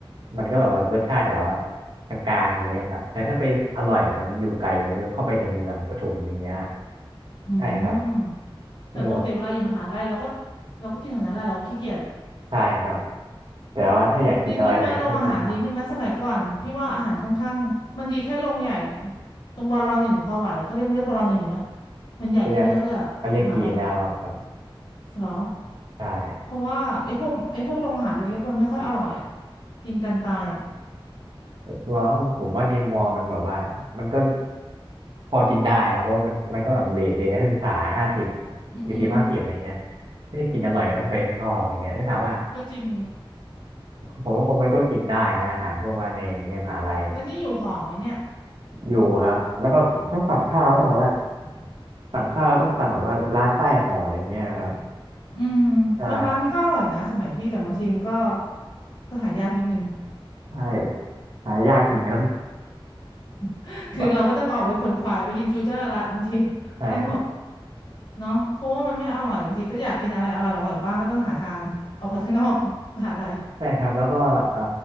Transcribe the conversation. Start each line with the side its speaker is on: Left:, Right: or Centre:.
Right: มันก็แบบว่ารสชาติแบบว่ากลางๆอย่างเงี้ยครับแต่ถ้าไปอร่อยอ่ะมันอยู่ไกลมันต้องเข้าไปในเมืองปทุมอย่างเงี้ย
Left: อื
Right: ใช่ครับ
Left: มแต่ปกติเวลาอยู่มหาลัยเราก็
Right: เนี่ย
Left: เราก็กินแถวนั้นแหละเราขี้เกียจ
Right: ใช่ครับแต่ว่าถ้าอยากกินอะไรอะไรก็จะสั่งมา
Left: ดีขึ้นไหมโรงอาหารดีขึ้นไหมสมัยก่อนพี่ว่าอาหารค่อนข้างมันดีแค่โรงใหญ่ตรงบอลหนึ่งกับพอไหวเขาเรียกเรียกบอลหนึ่งอยู่ไหมมันใหญ่ขึ้นเยอะเลยอะมหาลัย
Right: เรียกก็เรียกกินแล้วครับ
Left: เหรอ
Right: ใช่
Left: เพราะว่าไอ้พวกไอ้พวกโรงอาหารเล็กๆมันไม่ค่อยอร่อยอ่ะกินกันตายอ่ะ
Right: ส่วนตัวผมว่าในมอร์มันแบบว่ามันก็พอกินได้ครับเพราะว่ามันมันก็แบบเรทเรทนักศึกษาห้าสิบ
Left: อืมอืม
Right: สี่สิบห้าสิบอะไรเงี้ยไม่ได้กินอร่อยก็ต้องไปข้างนอกอะไรเงี้ยแต่ถามว่า
Left: ก็จริง
Right: ผมว่าคนมันก็กินได้นะอาหารพวกว่าในในมหาลัย
Left: แล้วนี่อยู่หอไหมเนี่ย
Right: อยู่ครับแล้วก็ถ้าสั่งข้าวก็ต้องแบบว่าสั่งข้าวต้องสั่งแบบว่าร้านใต้หออะไรเงี้ยครับ
Left: อืม
Right: ใช่
Left: บางร้านมันก็อร่อยนะสมัยพี่แต่บางทีมันก็ก็หายากนิดนึง
Right: ใช่หายากจริงครับ
Left: <laughs>
Right: <laughs>
Left: คือเราก็ต้องออกไปขวนขวายไปกินฟิวเจอร์ละบางที
Right: บะ
Left: <laughs>
Right: ใช่ครับ
Left: ต้องแบบเนาะเพราะว่ามันไม่อร่อยบางทีก็อยากกินอะไรอร่อยอร่อยบ้างก็ต้องหาทางออกไปข้างนอก <laughs> มหาลัย
Right: ใช่ครับแล้วก็เอ่อ